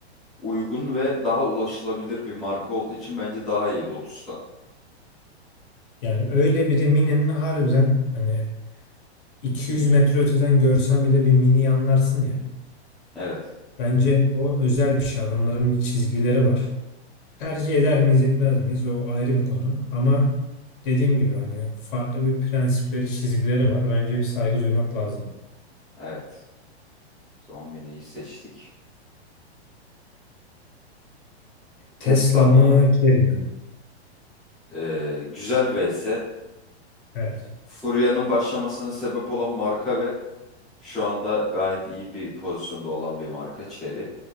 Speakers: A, in the centre; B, on the left.
A: uygun ve daha ulaşılabilir bir marka olduğu için bence daha iyi Lotus'tan.
B: Yani öyle bir de Mini'nin harbiden hani 200 metre öteden görsen bile bir Mini'yi anlarsın ya.
A: Evet,
B: Bence o özel bir şey. Adamların bir çizgileri var. Tercih eder miyiz etmez miyiz o ayrı bir konu. Ama dediğim gibi hani farklı bir prensipleri çizgileri var. Bence bir saygı duymak lazım.
A: evet. Son mini'yi seçtik. Tesla
B: Tesla
A: mı?
B: mı Chery mi?
A: E, güzel vs.
B: Evet.
A: Furya'nın başlamasına sebep olan marka ve şu anda gayet iyi bir pozisyonda olan bir marka Chery.